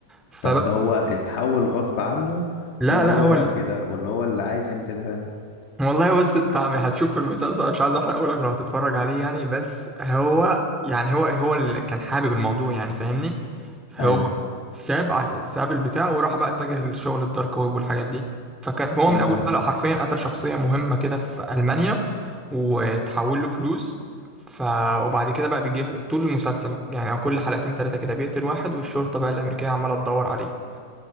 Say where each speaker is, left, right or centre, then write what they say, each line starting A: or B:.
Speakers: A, in the centre; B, on the left.
A: فبس
B: طب ده هو اتحول غصب عنه
A: لا
B: ولا
A: لا
B: هو
A: هو
B: بقى
A: ال-
B: كده ولا هو اللي عايز يعمل كده فعلا
A: والله بص انت عم- هتشوف في المسلسل مش عايز احرقه لك لو هتتفرج عليه يعني بس هو يعني هو هو اللي كان حابب الموضوع يعني فاهمني فهو
B: ايوه
A: ساب ع- ساب البتاع وراح بقى اتجه للشغل الدارك ويب والحاجات دي فكان هو
B: تمام
A: من اول حلقة حرفيا قتل شخصية مهمة كده في ألمانيا وتحول له فلوس ف وبعد كده بقى بيجيب طول المسلسل يعني او كل حلقتين ثلاثة كده بيقتل واحد والشرطة بقى الأمريكية عمالة تدور عليه